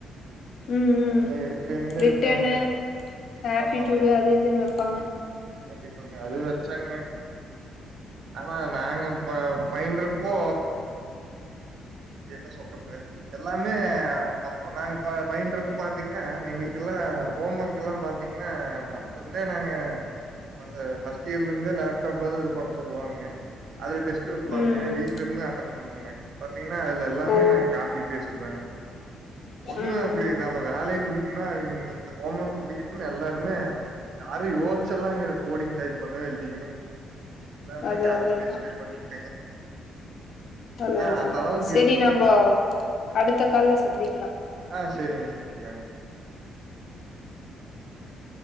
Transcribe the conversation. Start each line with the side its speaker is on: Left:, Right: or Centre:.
Left: ம் ம்
Right: அதுல எடுக்குறவுங்கள
Left: ரிட்டனு
Right: எடுத்தாங்க
Left: ஆப்டிடியூடு
Right: ஆமாங்க
Left: அது இதுன்னு வெப்பாங்க
Right: கண்டிப்பாங்க அது வச்சாங்க ஆனா நாங்க ப பயின்றப்போ என்ன சொல்றது எல்லாமே அப்போ நாங்க பயி பயின்றப்ப பாத்தீங்கன்னா எங்களுக்குல்லா ஹோம் ஒர்க் எல்லாம் பாத்தீங்கன்னா அப்ப இருந்தே நாங்க கொஞ்ச ஃபர்ஸ்ட் இயர்ல இருந்தே லேப்டாப்ல தா இது பண்ணு சொல்லுவாங்க அதுல டெஸ்ட் வைப்பாங்க
Left: ம் ம்
Right: வீட்ல இருந்து அட்டன் பண்ணுவங்க ப பாத்தீங்கன்னா அதுல எல்லாமே
Left: ஓ
Right: நாங்க காப்பி பேஸ்ட் தாங்க ஒண்ணும்
Left: ம்
Right: அப்படி
Left: ம்
Right: நம்ம வேலைய முடி எப்டினா அவங்க இன்னைக்கு ஹோம் ஒர்க் முடிக்கணும்னு எல்லாருமே யாரும் யோசிச்சு எல்லாம் இங்க கோடிங் டைப் பண்ண இல்லீங்க எல்லாமே
Left: அது
Right: காப்பி
Left: அது அதா
Right: பேஸ்ட்டு பண்ணிக்கிட்டேங்க
Left: அது
Right: ஆஹ்
Left: அதுதா
Right: அந்த அளவுக்கு
Left: செரி
Right: இருக்குங்க
Left: நம்போ
Right: இப்போ
Left: அடுத்த கால்ல சந்திக்கலா
Right: ஆஹ் செரிங்க சந்திக்கலாங்க <inaudible>